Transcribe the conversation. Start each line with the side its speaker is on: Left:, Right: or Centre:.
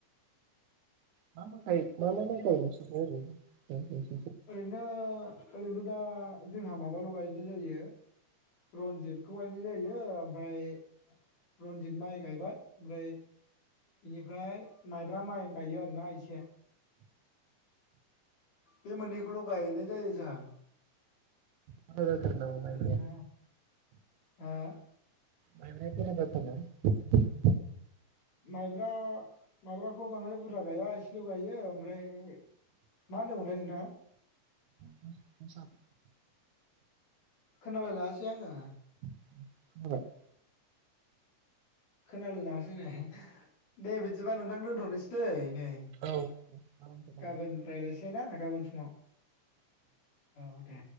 Right: मा माखाय मा मा माइखाय नस ओरै <unintelligible>
Left: ओरैनो ओरैनो दा जोंहा माबाल' गायनाय जायो रनजितखौ गायनाय जायो ओमफ्राय रनजित माइ गायबाय ओमफ्राय बेनिफ्राय माइब्रा माइ गायो आरोना एसे बे मोननैखौल' गायनाय जायो जाहा।
Right: बुरजा जाथारो नामा माइब्राया
Left: नो ह <unintelligible>
Right: मायदि गाथ न <unintelligible>
Left: माइब्रा माइब्राखौ बांद्राय बुरजा गाया इसेल' गायो। ओमफ्राय मा होनदोंमोनलाय नोंथाङा?
Right: खोनाबाय?
Left: खोनालाय लासै आङो।
Right: जाबाय <unintelligible>
Left: खोनालाय लाङासै नै। दे बिदिबा नोंथां दोनथ'नोसै। बै नै
Right: औ दे होमबा।
Left: गाबोन रायस्लाय ना गाबोन फुङाव औ दे।